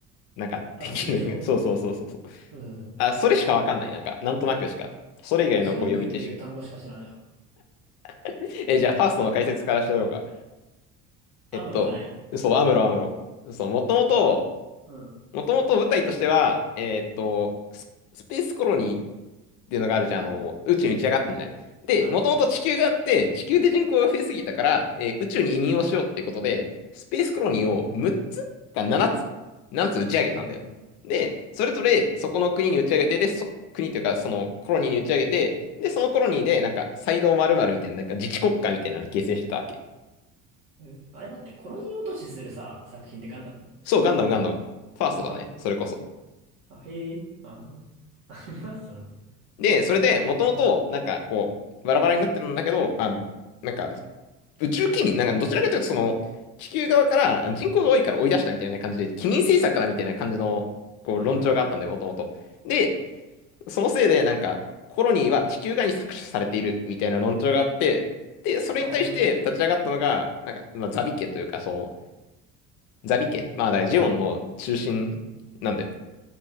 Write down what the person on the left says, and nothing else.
なんか敵の、
<laughs> そうそうそうそうそう。
あ、それしかわかんない。なんか、なんとなくしか。それ以外のこう予備知識とか。
<laughs> え、じゃあファーストの解説からしてようか。
えっと、そう、アムロアムロ。そう、もともと、
もともと舞台としては、えーっとス、スペースコロニーっていうのがあるじゃん。
あの、宇宙に打ち上がってんじゃないで、
もともと地球があって、地球で人口が増えすぎたから、えー宇宙に移民をしようっていうことで、スペースコロニーを6つか7つ
?7 つ打ち上げたんだよ。
で、それぞれそこの国に打ち上げて、で、そ、国というかそのコロニーに打ち上げて、で、そのコロニーでなんか、サイド〇〇みたいな、なんか自治国家みたいなのを形成してたわけ。
そう、ガンダムガンダム。ファーストだね。
それこそ。
で、それで、もともと、
なんか、こう、バラバラになってるんだけど、あ、なんか、宇宙機民、なんか、どちらかというと、その、地球側から人口が多いから追い出したみたいな感じで、機民政策からみたいな感じの、こう、
論調があったんで、もともと。で、そのせいで、なんか、コロニーは地球側に搾取されているみたいな論調があって、で、それに対して立ち上がったのが、
なんか、まあ、ザビ家というか、そう、ザビ家、まあ、だからジオンの中心なんで、